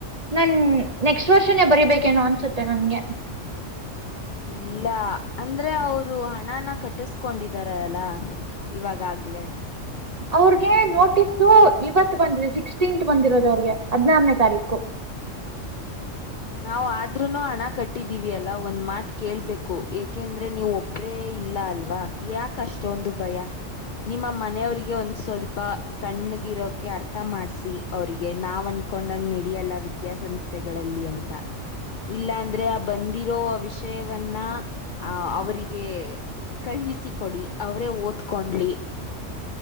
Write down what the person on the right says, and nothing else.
ನನ್ ನೆಕ್ಸ್ಟ್ ವರ್ಷನೇ ಬರಿಬೇಕೇನೋ ಅನ್ಸುತ್ತೆ ನನ್ಗೆ
ಅವ್ರಗೆ ನೋಟಿಸ್ ಇವತ್ ಬಂದಿದೆ ಸಿಕ್ಸ್ಟೀನ್ತ್ ಬಂದಿರೋದು ಅವ್ರಿಗೆ ಹದ್ನಾರನೇ ತಾರೀಕು. <inaudible>